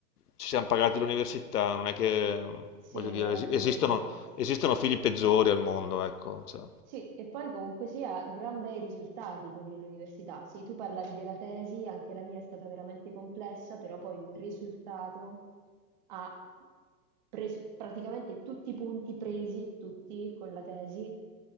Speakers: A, on the left; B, on the right.
A: ci siamo pagati l'università, non è che,
B: Sì,
A: voglio dire,
B: alla
A: es-
B: fine
A: esistono,
B: sì.
A: esistono figli peggiori al mondo, ecco, cioè,
B: Sì, e poi comunque sia, gran bei risultati quelli dell'università. Sì, tu parlavi della tesi, anche la mia è stata veramente complessa, però poi il risultato ha preso praticamente tutti i punti presi, tutti con la tesi.